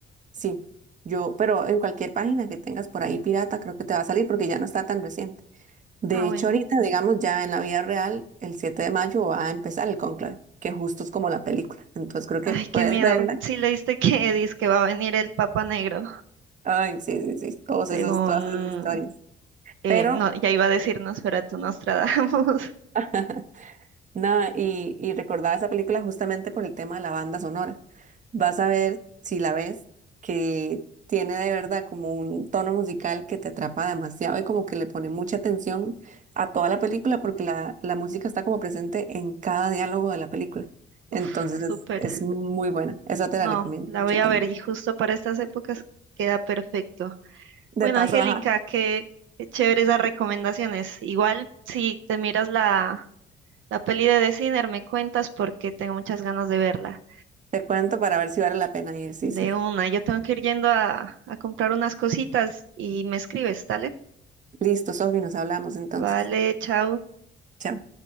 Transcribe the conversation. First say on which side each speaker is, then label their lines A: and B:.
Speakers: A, on the right; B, on the right.
A: sí, yo, pero en cualquier página que tengas por ahí pirata, creo que te va a salir porque ya no está tan reciente. De
B: Ah, bueno.
A: hecho, ahorita, digamos, ya en la vida real, el 7 de mayo va a empezar el conclave, que justo es como la película. Entonces creo que
B: Ay,
A: puedes
B: qué miedo.
A: verla.
B: Sí leíste <laughs> que dice que va a venir el Papa Negro,
A: Ay, sí, sí, sí, todos
B: según
A: esos, todas esas historias.
B: Eh,
A: Pero
B: no, ya iba a decir Nosferatu Nostradamus. <laughs>
A: <laughs> Nada, y, y recordaba esa película justamente por el tema de la banda sonora. Vas a ver, si la ves, que tiene de verdad como un tono musical que te atrapa demasiado y como que le pone mucha atención a toda la película porque la, la música está como presente en cada diálogo de la película.
B: Uf,
A: Entonces es,
B: súper.
A: es muy buena. Esa te
B: No,
A: la recomiendo
B: la
A: mucho
B: voy a
A: también.
B: ver y justo para estas épocas queda perfecto.
A: De
B: Bueno,
A: paso,
B: Angélica,
A: ajá,
B: qué, qué chéveres las recomendaciones. Igual, si te miras la, la peli de The Sinner, me cuentas porque tengo muchas ganas de verla.
A: te cuento para ver si vale la pena ir. Sí,
B: De
A: sí.
B: una, yo tengo que ir yendo a, a comprar unas cositas y me escribes, ¿dale?
A: Listo, Sofi, nos hablamos entonces.
B: Vale, chao.
A: Chao.